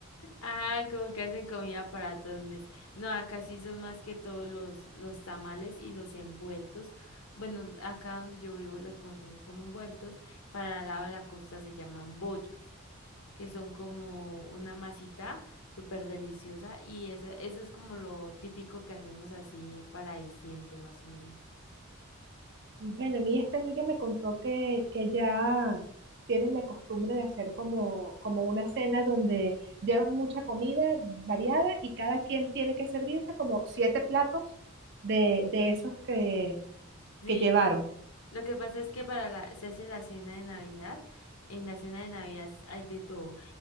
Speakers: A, on the left; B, on the right.
A: Ah, como que hacen comida para todo el mes. No, acá sí son más que todos los, los tamales y los envueltos. Bueno, acá donde yo vivo los conocemos como envueltos. Para el lado de la costa se llaman bollos. que son como una masita súper deliciosa y eso, eso es como lo típico que hacemos así para diciembre más o menos.
B: Y bueno, a mí esta amiga me contó que, que ya tienen la costumbre de hacer como, como una cena donde llevan mucha comida variada y cada quien tiene que servirse como siete platos de, de esos que,
A: Sí,
B: que llevaron.
A: lo que pasa es que para la, se hace la cena de Navidad, en la cena de Navidad hay de todo.